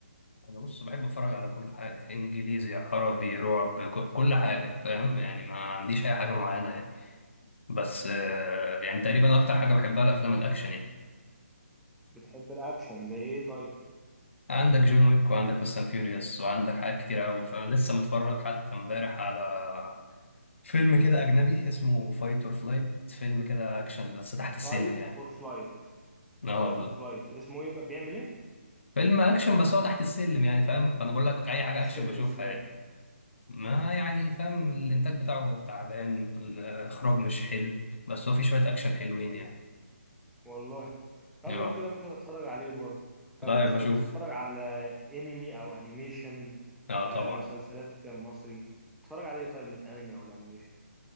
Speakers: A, on the left (about 55°); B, in the centre.
A: انا بص بحب اتفرج على كل حاجه انجليزي عربي رعب ك- كل حاجه فاهم يعني ما عنديش اي حاجه معينه يعني بس اه، يعني تقريبا اكتر حاجه بحبها الافلام الاكشن يعني
B: بتحب الاكشن زي ايه طيب
A: عندك جون ويك وعندك فاست اند فيوريوس وعندك حاجات كتير قوي فلسه متفرج حتى امبارح على فيلم كده اجنبي اسمه فايت اور فلايت فيلم كده اكشن بس تحت السلم
B: فايت
A: يعني
B: اور فلايت
A: اه
B: فايت اور فلايت اسمه ايه بقى بيعمل ايه
A: فيلم اكشن بس هو تحت السلم يعني فاهم فانا بقول لك اي
B: تحت
A: حاجه
B: السلم
A: اكشن بشوفها
B: ازاي
A: يعني ما يعني فاهم الانتاج بتاعه تعبان الاخراج مش حلو بس هو في شويه اكشن حلوين يعني
B: والله طب
A: اه
B: لو كده ممكن اتفرج عليه برضه طب
A: لا
B: اتفرج
A: بشوف
B: بتتفرج على انمي او انيميشن
A: اه
B: آه،
A: طبعا
B: مسلسلات مصري تتفرج عليه طيب من الانمي او الانيميشن